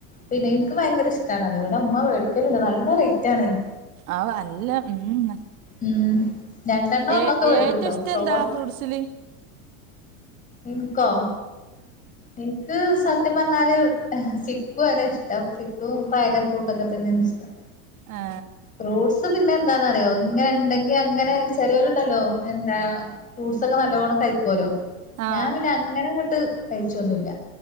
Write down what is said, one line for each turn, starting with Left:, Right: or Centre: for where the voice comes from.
Left: പിന്നെ എനിക്ക് ഭയങ്കര ഇഷ്ടാണ് അത്. ഇവടെ അമ്മ വേടിക്കല്ണ്ട് നല്ല റേറ്റാണ് അതിന്
Right: ആവ് അല്ല ഉം
Left: ഉം രണ്ടെണ്ണം
Right: ഏ
Left: ഒന്നൊക്കെ മേടിക്കൂട്ടോ
Right: ഏറ്റവും ഇഷ്ടെന്താ
Left: തോനെ
Right: ഫ്രൂസിലെ
Left: ഇൻങ്കോ ഇൻക്ക് സത്യംപറഞ്ഞാല് സിക്കു ആണ് ഇഷ്ടം സിക്കും ഡ്രാഗൻ ഫൂട്ടൊക്കെ തന്നാണിഷ്ടം
Right: ആ
Left: ഫ്രൂട്സ് പിന്നെ എന്താന്നറിയോ ഇങ്ങനെണ്ടെങ്കി അങ്ങനെ ചെലോര്ണ്ടല്ലോ എന്താ ഫ്രൂട്ട്സ് ഒക്കെ നല്ലോണം കഴിക്കുവല്ലോ
Right: ആ
Left: ഞാൻ പിന്നെ അങ്ങനെ അങ്ങട്ട് കഴിച്ചൊന്നുല്ല